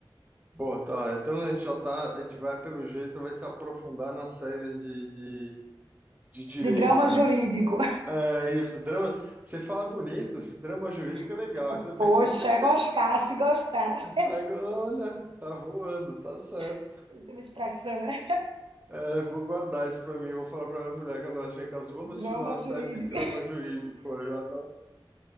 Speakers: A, on the right; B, on the right.
A: Bom, tá. Então a gente já tá. A gente vai pelo jeito, vai se aprofundar nas séries de, de, de direito,
B: De drama
A: né?
B: jurídico.
A: É isso, drama. Você fala bonito, esse drama jurídico é legal.
B: <laughs>
A: Isso é bem...
B: Poxa,
A: <laughs>
B: gostasse, gostasse.
A: Agora, olha, tá voando, tá certo.
B: <laughs> Tem uma expressão, né?
A: É, vou guardar isso pra mim, vou falar pra minha mulher quando ela chegar em casa. Vamos assistir
B: Drama
A: uma
B: jurídico.
A: série de drama jurídico. Eu Já não,